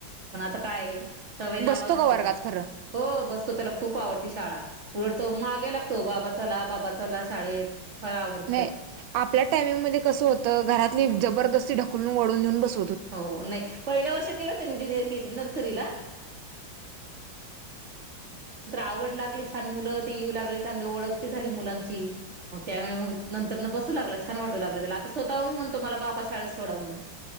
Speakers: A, on the right; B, on the right.
A: पण आता काय सवय लावा
B: बसतो
A: लागते
B: का वर्गात खरं
A: आ ब त्याला खूप आवडती शाळा उलडतो मागे लागतो बाबाचाला बाबाचाला शाळेत फार आवडत
B: नाही आपल्या टायमिंग मध्ये कसं होतं घरातली जबरदस्ती ढकलून वळून घेऊन बस
A: हो नाही पहिल्या वर्ष केलं त्याड नाही आव छ मु येऊ लाग चांग ओळख झाली मुलांची मग त्या मग नंतर बसू लागला छान वाट आता स्वतःहून म्हणतो मला बाबा शाळेत सोडा म्हणून